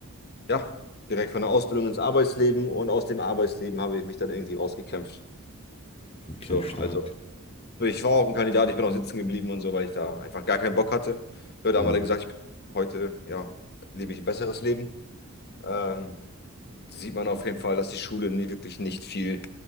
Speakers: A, on the left; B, on the left.
A: ja, direkt von der Ausbildung ins Arbeitsleben und aus dem Arbeitsleben habe ich mich dann irgendwie rausgekämpft.
B: Okay,
A: So,
B: stark.
A: als Ich war auch ein Kandidat, ich bin auch sitzen geblieben und so, weil ich da einfach gar keinen Bock hatte. Leute
B: Mhm.
A: haben alle gesagt, ich bin heute, ja, lebe ich ein besseres Leben. Ähm, sieht man auf jeden Fall, dass die Schule nie wirklich nicht viel,